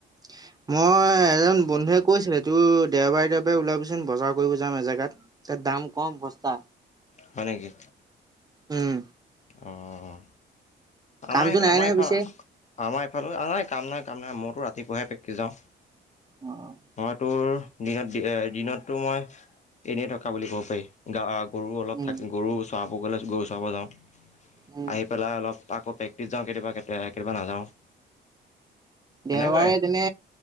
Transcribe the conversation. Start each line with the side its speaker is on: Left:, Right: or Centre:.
Right: <inaudible> মই এজন বন্ধুৱে কৈছিলে, তোৰ দেওবাৰে, দেওবাৰে ওলাবচোন বজাৰ কৰিব যাম এজেগাত। তাত দাম কম সস্তা।
Left: হয় নেকি?
Right: উম।
Left: অ'
Right: কামটো
Left: আমাৰ সে
Right: নাই
Left: - আমাৰ
Right: নহয়
Left: এইফালে
Right: পিছে
Left: আমাৰ এইফালে আ নাই কাম নাই কাম নাই মইতো ৰাতিপুৱাহে প্ৰেক্টিছ যাওঁ।
Right: অ',
Left: মই তোৰ দিনত - দিনত তো মই এনেই থকা বুলি ক'ব পাৰি। গা গৰু অলপ
Right: উম
Left: থাক গৰু চৰাব গ'লে গৰু চৰাব যাওঁ।
Right: উম,
Left: আহি পেলাই অলপ আকৌ প্ৰেক্টিছ যাওঁ কেতিয়াবা কেতিয়াবা। কেতিয়াবা নাযাওঁ। সেনেকুৱাই
Right: দেওবাৰে তেনে